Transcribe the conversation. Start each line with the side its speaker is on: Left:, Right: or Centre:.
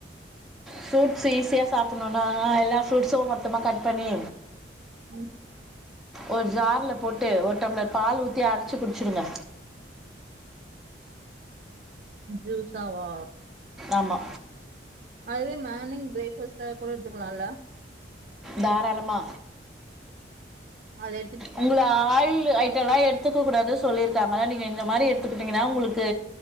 Centre: ஃப்ரூட்ஸ்ஸு ஈஸியா சாப்புணுன்னா எல்லா ஃப்ரூட்ஸு மொத்தமா கட் பண்ணி
Right: ம்
Centre: ஒரு ஜார்ல போட்டு ஒரு டம்ளர் பால் ஊத்தி அரச்சு குடிச்சுடுங்க
Right: ஜூஸாவா
Centre: ஆமா
Right: அதுவே மார்னிங் பிரேக்ஃபாஸ்ட்டா கூட எடுத்துக்கலால
Centre: தாராளமா
Right: அதே
Centre: உங்கள ஆயிலு ஐட் ட்டல்லா எடுத்துக்க கூடாது சொல்லிருக்காங்கள நீங்க இந்த மாரி எடுத்துக்குட்டீங்கன்னா உங்களுக்கு